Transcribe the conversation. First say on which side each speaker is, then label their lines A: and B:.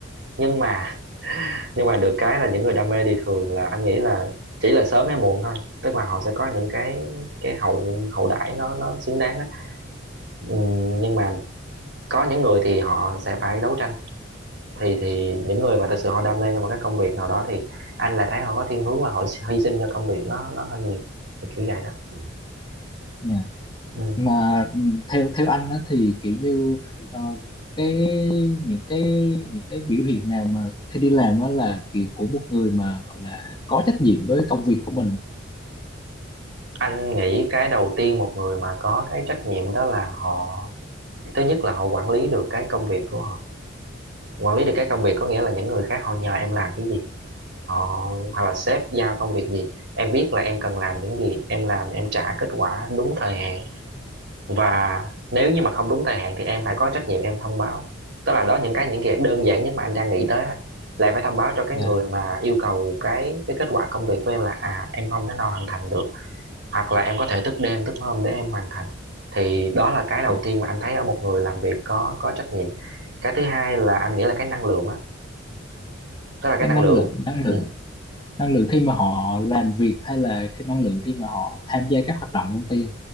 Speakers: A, on the right; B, on the left.
A: nhưng mà <laughs> nhưng mà được cái là những người đam mê thì thường là anh nghĩ là chỉ là sớm hay muộn thôi tức là họ sẽ có những cái cái hậu hậu đãi nó nó xứng đáng á Ừ, nhưng mà có những người thì họ sẽ phải đấu tranh thì thì những người mà thật sự họ đam mê cho một cái công việc nào đó thì anh lại thấy họ có thiên hướng là họ hy sinh cho công việc nó nó hơi nhiều thì kiểu vậy đó Ừ.
B: dạ
A: ừ.
B: mà theo theo anh đó thì kiểu như ờ, cái những cái những cái biểu hiện nào mà khi đi làm đó là kiểu của một người mà gọi là có trách nhiệm với công việc của mình
A: anh nghĩ cái đầu tiên một người mà có cái trách nhiệm đó là họ thứ nhất là họ quản lý được cái công việc của họ quản lý được cái công việc có nghĩa là những người khác họ nhờ em làm cái gì họ hoặc là sếp giao công việc gì em biết là em cần làm những gì em làm em trả kết quả đúng thời hạn và nếu như mà không đúng thời hạn thì em phải có trách nhiệm em thông báo tức là đó những cái những cái đơn giản nhất mà anh đang nghĩ tới là là em phải thông báo cho cái
B: Dạ,
A: người mà yêu cầu cái cái kết quả công việc của em là à em không thể nào hoàn thành được hoặc là em có thể thức đêm thức hôm để em hoàn thành thì đó là cái đầu
B: dạ.
A: tiên mà anh thấy ở một người làm việc có có trách nhiệm cái thứ hai là anh nghĩ là cái năng lượng á tức là cái
B: cái
A: năng
B: năng
A: lượng
B: lượng năng lượng
A: ừ,
B: năng lượng khi mà họ làm việc hay là cái năng lượng khi mà họ tham gia các hoạt động công ty